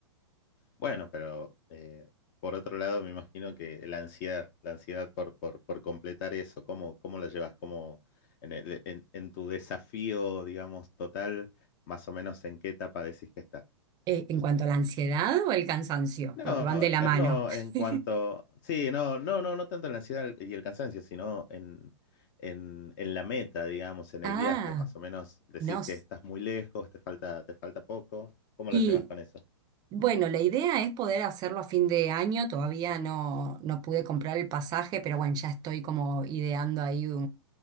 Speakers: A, on the left; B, on the right.
A: Bueno, pero eh, por otro lado, me imagino que la ansiedad, la ansiedad por, por, por completar eso, ¿cómo, cómo la llevas? ¿Cómo en el- en, en tu desafío, digamos, total, más o menos en qué etapa decís que estás?
B: Eh, ¿en cuanto a la ansiedad o el cansancio?
A: No,
B: Porque van de la
A: eh,
B: mano.
A: no, en cuanto.
B: <laughs>
A: Sí, no, no, no, no tanto en la ansiedad y el cansancio, sino en, en, en la meta, digamos, en
B: Ah,
A: el viaje. Más o menos decís
B: no. s-
A: que estás muy lejos, te falta, te falta poco. ¿Cómo
B: Y
A: lo llevas con eso?
B: bueno, la idea es poder hacerlo a fin de año. Todavía no, no pude comprar el pasaje, pero bueno, ya estoy como ideando ahí